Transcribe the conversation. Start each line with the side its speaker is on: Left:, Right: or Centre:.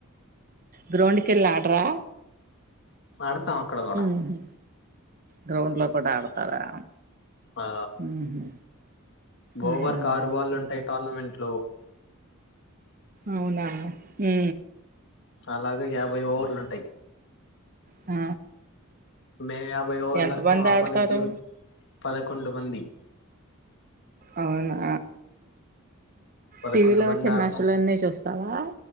Right: గ్రౌండ్ కెళ్ళి ఆడరా
Left: ఆడం అక్కడ కూడ
Right: ఉహు గ్రౌండ్ లొ కూడ ఆడతారా?
Left: ఆ
Right: ఉహు
Left: ఓవర్
Right: ఉమ్
Left: కారు బాల్ ఉంటాయి టార్నమెంట్ లో
Right: అవునా హు
Left: అలాగ యాభై ఓవర్లు ఉంటాయి.
Right: ఆ
Left: మే యాభై ఓవర్లర్థం
Right: ఎంతమంది
Left: ఆపోనెంట్
Right: ఆడతారు
Left: టీం పదకొండు మంది
Right: అవునా
Left: పదకొండు
Right: టీవీలో
Left: మంది
Right: వచ్చే
Left: ఆడతాం
Right: మ్యాచులు అని చూస్తావా